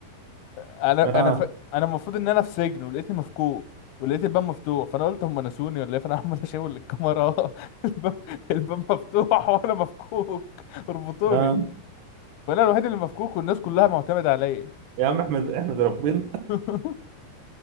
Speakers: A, on the left (about 80°); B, on the right (about 80°).
A: انا
B: اه
A: انا ف... انا المفروض ان انا في سجن ولقيتني مفكوك ولقيت الباب مفتوح فانا قلت هم نسوني ولا ايه فانا <laughs> عمال اشاور للكاميرا <laughs> الباب الباب مفتوح <laughs> وانا مفكوك اربطوني
B: اه
A: فانا الوحيد اللي مفكوك والناس كلها معتمدة عليا
B: يا عم احمد احمد ربنا
A: <laughs>